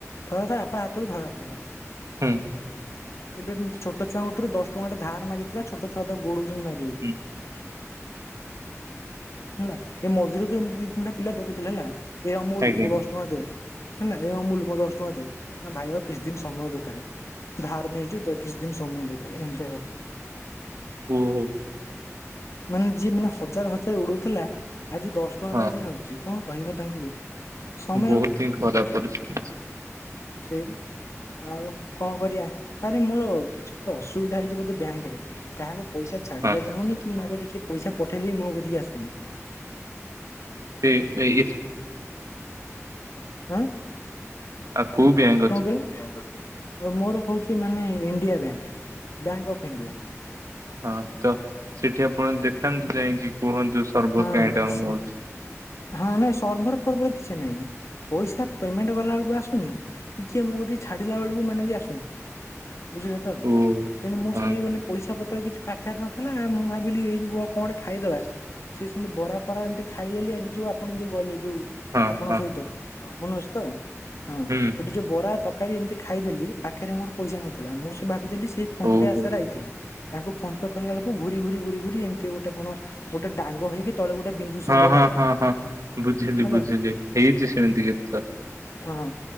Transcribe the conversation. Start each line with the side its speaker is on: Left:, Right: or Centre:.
Left: ଥରେ, ତା ବାପା ହାତରେ ଧରା ପଡ଼ିଲା।
Right: ହୁଁ
Left: ଏବେ, ଛୋଟ ଛୁଆଙ୍କ ଠାରୁ, ଦଶ ଟଙ୍କା ଗୋଟେ ଧାର ମାଗି ଥିଲା। ଛୋଟ ଛୁଆ ତାକୁ ଗୋଡଉଛନ୍ତି ମାରିବାକୁ।
Right: ହୁଁ
Left: ହେଲା। ଏ ମଝିରେ ତ ଏମିତି ଦି, ତିନିଟା ପିଲା ଦେଖେଇଥିଲା ହେଲା। ଏ ଅମୁଲ,
Right: ଆଜ୍ଞା
Left: ମୋ ଦଶ ଟଙ୍କା ଦେ। ହେଲା। ଏ ଅମୁଲ ମ ଦଶ ଟଙ୍କା ଦେ। ନା ଭାଇ, ଆଉ କିଛି ଦିନ ସମୟ ଦରକାର। ଧାର ନେଇଛୁ। ତ, କିଛି ଦିନ ସମୟ ଦରକାର, ଏମିତି କାମ କଥା।
Right: ହୁଁ, ହୁଁ।
Left: ମାନେ, ଯିଏ ମାନେ, ହଜାର ହଜାର ଉଡଉଥିଲା। ଆଜି ଦଶ ଟଙ୍କା
Right: ହଁ
Left: ପାଇଁ ସେ କାନ୍ଦୁଛି। କଣ କହିବ ତାଙ୍କୁ, ସମୟ
Right: ବହୁତ
Left: ବା,
Right: ହିଁ ଖରାପ ପରିସ୍ଥିତି
Left: ସେୟା ବା ଆଉ, କଣ କରିବା। ଆରେ, ମୋର କିଛି ଗୋଟେ ଅସୁବିଧା ହେଇଚି ବୋଧେ ବ୍ୟାଙ୍କ ରେ। କାହାକୁ ପଇସା ଛାଡିଲେ
Right: ହଁ
Left: ଯାଉନି, କି ମୋ କତି କି କିଏ ପଇସା ପଠେଇଲେ ବି ମୋ କତିକି ଆସୁନି।
Right: ଏ ଏଇ
Left: ଆଁ।
Right: ଆ କୋଉ ବ୍ୟାଙ୍କ୍?
Left: କଣ କହିଲ ମୋର ହଉଛି ମାନେ India bank bank of India.
Right: ହଁ ତ ସେଠି ଆପଣ ଦେଖାନ୍ତୁ ଯାଇକି କୁହନ୍ତୁ ସରବର୍
Left: ହଁ
Right: କାଇଁ ଡାଉନ୍
Left: ସେ
Right: ହ।
Left: ହଁ ନାଇଁ ସର୍ଭର ଫର୍ବର କିଛି ନାହିଁ। ପଇସା ପେମେଣ୍ଟ କଲାବେଳକୁ ଆସୁନି କିଏ ମୋ କଦି ଛାଡିଲା ବେଳକୁ ମାନେ ବି ଆସୁନି ବୁଝିଲ ତ
Right: ଓ
Left: ସେମିତି ମୁଁ
Right: ହଁ
Left: ସେମିତି ମାନେ ପଇସା ପତ୍ର କିଛି ପାଖରେ ନଥିଲା ମୁଁ ଭାବିଲି ଏଇ କ ଖାଇଦବା ସି ସେମିତି ବରା ଫରା ଏମିତି ଖାଇଦେଲି ଆଜି ଯୋଉ ଆପଣ ଯୋଉ ଗଲେ ଯୋଉ
Right: ହଁ
Left: ଆପଣଙ୍କ
Right: ହଁ
Left: ସହିତ ମନେ ଅଛି ତ ହଁ
Right: ହୁଁ
Left: ସେଠି ଯୋଉ ବରା ତରକାରୀ ଏମିତି ଖାଇଦେଲି, ପାଖରେ ମୋର ପଇସା ନଥିଲା, ମୁଁ ସେ ଭାବିଦେଲି ସେଇ ଫୋନ
Right: ଓହୋ
Left: ପେ ଆଶାରେ ଆଇଥିଲି ତାଙ୍କୁ ଫୋନ୍ ପେ କଲା ବେଳକୁ ଘୁରି ଘୁରି ଘୁରି ର ଏମତି ଗୋଟେ କଣ ଗୋଟେ ଡାଙ୍ଗ ହେଇକି ତଳେ ଗୋଟେ ବିନ୍ଦୁ
Right: ହଁ
Left: ସିମ୍ବଲ
Right: ହଁ
Left: ଆଇଲା।
Right: ହଁ ହଁ ବୁଝିଲି
Left: ହେଲା
Right: ବୁଝିଲି ହେଇଛି ସେମିତି କେତେଥର।
Left: ହଁଁ